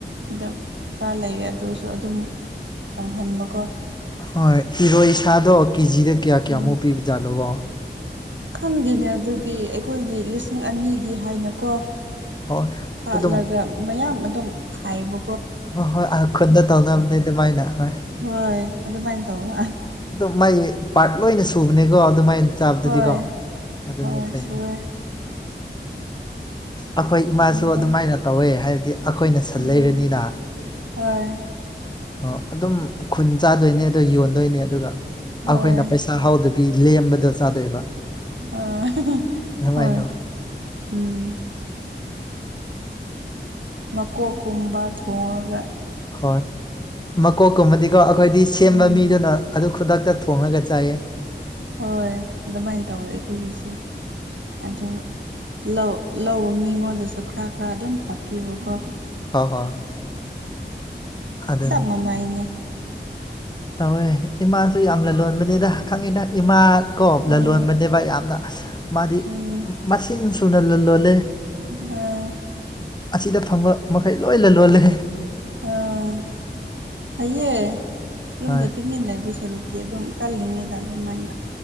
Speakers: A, on the right; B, on the left.
A: ꯑꯗꯨꯝ ꯈꯔ ꯂꯩꯑ ꯑꯗꯨꯁꯨ ꯑꯗꯨꯝ ꯀꯪꯍꯟꯕꯀꯣ
B: ꯍꯣꯏ ꯏꯔꯣꯏ ꯁꯥꯗꯣ ꯀꯦꯖꯤꯗ ꯀꯌꯥ ꯀꯌꯥꯃꯨꯛ
A: ꯎꯝ
B: ꯄꯤꯕꯖꯥꯠꯅꯣꯀꯣ
A: ꯈꯪꯗꯦꯅꯦ ꯑꯗꯨꯗꯤ ꯑꯩꯈꯣꯏꯗꯤ ꯂꯤꯁꯤꯡ ꯑꯅꯤꯒꯤ ꯍꯥꯏꯅꯀꯣ
B: ꯍꯣꯏ
A: ꯍꯥꯠꯂꯒ
B: ꯑꯗꯨꯝ
A: ꯃꯌꯥꯝ ꯑꯗꯨꯝ ꯈꯥꯏꯕ
B: ꯍꯣꯏ ꯍꯣꯏ ꯑ ꯈꯨꯟꯗ ꯇꯧꯅꯕꯅꯦ ꯑꯗꯨꯃꯥꯏꯅ ꯍꯣꯏ
A: ꯍꯣꯏ ꯑꯗꯨꯃꯥꯏꯅ ꯇꯧꯕ
B: ꯑꯗꯨ ꯃꯥꯏ ꯄꯥꯔꯠ ꯂꯣꯏꯅ ꯁꯨꯕꯅꯦꯀꯣ ꯑꯗꯨꯃꯥꯏꯅ ꯆꯥꯕꯗꯨꯗꯤꯀꯣ
A: ꯍꯣꯏ
B: ꯑꯗꯨꯅꯦ
A: ꯍꯣꯏ
B: ꯐꯩꯌꯦ
A: ꯁꯨꯋꯦ
B: ꯑꯩꯈꯣꯏ ꯏꯃꯥꯁꯨ
A: ꯇꯧꯕꯅꯤ
B: ꯑꯗꯨꯃꯥꯏꯅ ꯇꯧꯋꯦ ꯍꯥꯏꯕꯗꯤ ꯑꯩꯈꯣꯏꯅ ꯁꯟ
A: ꯎꯝ
B: ꯂꯩꯔꯅꯤꯅ
A: ꯍꯣꯏ
B: ꯑꯣ ꯑꯗꯨꯝ ꯈꯨꯟ ꯆꯥꯗꯣꯏꯅꯦ ꯑꯗꯣ ꯌꯣꯟꯗꯣꯏꯅꯦ ꯑꯗꯨꯒ
A: ꯍꯣꯏ
B: ꯑꯩꯈꯣꯏꯅ ꯄꯩꯁꯥ ꯍꯥꯎꯗꯣꯏ ꯃꯤ ꯂꯦꯝꯕꯗꯣ ꯆꯥꯗꯣꯏꯕ
A: ꯑꯥ
B: <unintelligible>
A: ꯍꯣꯏ
B: ꯇꯧꯌꯦ
A: ꯎꯝ ꯃꯀꯣꯛ ꯀꯨꯝꯕ ꯊꯣꯡꯉꯒ
B: ꯍꯣꯏ ꯃꯀꯣꯛꯀꯨꯝꯕꯗꯤꯀꯣ ꯑꯩꯈꯣꯏꯗꯤ ꯁꯦꯝꯕ
A: ꯎꯝ
B: ꯃꯤꯗꯨꯅ ꯑꯗꯨ ꯈꯨꯗꯛꯇ ꯊꯣꯡꯉꯒ ꯆꯥꯏꯌꯦ
A: ꯍꯣꯏ ꯑꯗꯨꯃꯥꯏꯅ ꯇꯧꯋꯦ ꯑꯩꯈꯣꯏꯒꯤꯁꯨ ꯑꯗꯨ ꯂꯧ ꯂꯧꯕ ꯃꯤꯉꯣꯟꯗꯁꯨ ꯈꯔ ꯈꯔ ꯑꯗꯨꯝ ꯍꯥꯞꯄꯤꯕꯀꯣ
B: ꯍꯣꯏ ꯍꯣꯏ ꯑꯗꯨꯅꯦ
A: ꯆꯞꯃꯥꯟꯅꯩꯅꯦ
B: ꯇꯧꯋꯦ ꯏꯃꯥꯁꯨ ꯌꯥꯝꯅ ꯂꯣꯟꯕꯅꯤꯗ ꯈꯪꯉꯤꯅ ꯏꯃꯥ ꯀꯣ
A: ꯎꯝ
B: ꯂꯂꯣꯟꯕꯅꯦꯕ ꯌꯥꯝꯅ ꯃꯥꯗꯤ
A: ꯎꯝ
B: ꯃꯁꯤꯡ ꯁꯨꯅ ꯂꯂꯣꯟꯂꯦ
A: ꯎꯝ
B: ꯑꯁꯤꯗ ꯐꯪꯕ ꯃꯈꯩ ꯂꯣꯏꯅ ꯂꯣꯜꯂꯦ
A: ꯑꯥ ꯐꯩꯌꯦ ꯌꯨꯝꯗ
B: ꯍꯣꯏ
A: ꯇꯨꯃꯤꯟꯅ ꯂꯩꯕ ꯁꯔꯨꯛ ꯑꯗꯨꯝ ꯀꯜꯂꯤꯉꯩꯗ ꯑꯗꯨꯝꯥꯏꯅ